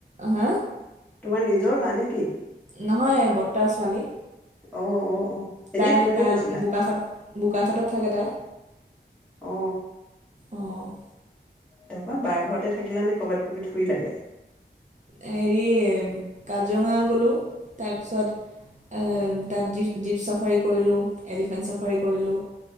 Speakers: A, on the right (about 40°); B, in the centre.
A: হা
B: তোমাৰ নিজৰ বা নে কি
A: নহয় বৰ্তা ছোৱালী
B: অ অ অ এনেই
A: তাই
B: ফুৰিব
A: তাই
B: গৈছিলা
A: বোকাখাত বোকাখাতত থাকে তাই
B: অ
A: অঁ
B: তাৰ পৰা বাৰ ঘৰতে থাকিলা নে কৰ'বাত কবিত ফুৰিলাগে
A: হেৰি কাজিৰঙা গ'লোঁ তাৰপিছত এ তাত জীপ জীপ চাফাৰী কৰিলোঁ এলিফেণ্ট চাফাৰী কৰিলোঁ